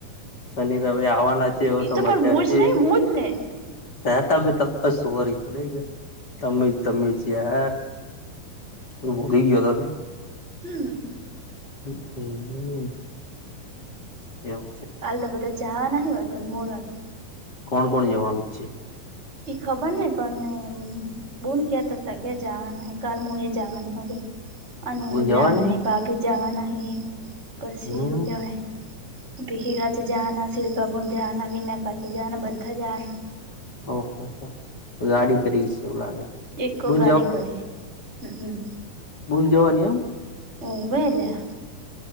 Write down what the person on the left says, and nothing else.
શનિ રવે આવાનાજ ચેવો
સમાચાર
છે,
ત હતા તમેં સુવોરી <unintelligible> તમે જ તમે જ યાર, હુ ભૂલી ગ્યોતો ને?
હ હમ્મ. એવ
કોણ કોણ જવાનું જ છે?
બુન
જવાની
હમ
ઓ હો હો! ગાડી કરીશ એવું લાગે.
બુન
બૂન જવાની એમ?